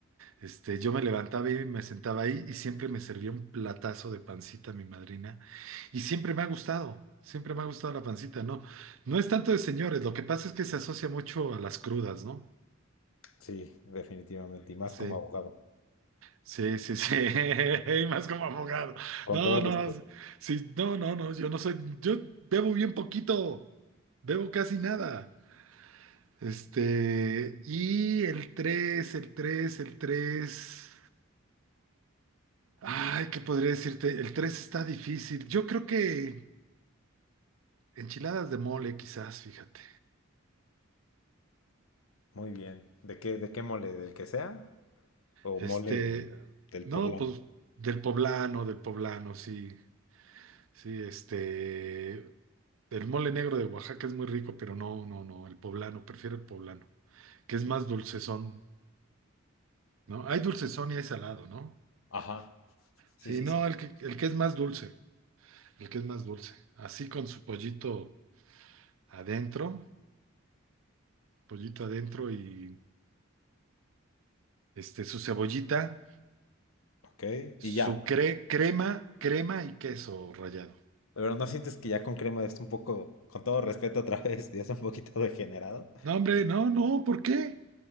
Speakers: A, on the right; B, on the left.
A: Este, yo me levantaba y me sentaba ahí y siempre me servía un platazo de pancita mi madrina. Y siempre me ha gustado, siempre me ha gustado la pancita, ¿no? No es tanto de señores, lo que pasa es que se asocia mucho a las crudas, ¿no?
B: Sí, definitivamente. Y más
A: Sí,
B: como abogado.
A: sí, sí, sí, <laughs> y más como abogado.
B: Con
A: No,
B: todo
A: no,
B: respeto.
A: sí, no, no, no, yo no soy, yo bebo bien poquito, bebo casi nada. Este, y el tres el tres el tres Ay, ¿qué podría decirte? El 3 está difícil. Yo creo que enchiladas de mole, quizás, fíjate.
B: Muy bien. ¿De qué, de qué mole? ¿Del que sea? ¿O
A: Este,
B: mole del
A: no,
B: poblano?
A: pues del poblano, del poblano, sí. Sí, este, el mole negro de Oaxaca es muy rico, pero no, no, no, el poblano, prefiero el poblano, que es más dulcezón, ¿no? Hay dulcezón y hay salado, ¿no?
B: Ajá. Sí,
A: Sí,
B: sí,
A: no,
B: sí.
A: el que, el que es más dulce, el que es más dulce. Así con su pollito adentro, pollito adentro y este, su cebollita.
B: Ok.
A: Su
B: Y ya.
A: cre- crema, crema y queso rallado.
B: De verdad, ¿no sientes que ya con crema ya está un poco, con todo respeto otra <laughs> vez, ya está un poquito degenerado?
A: No, hombre, no, no, ¿por qué?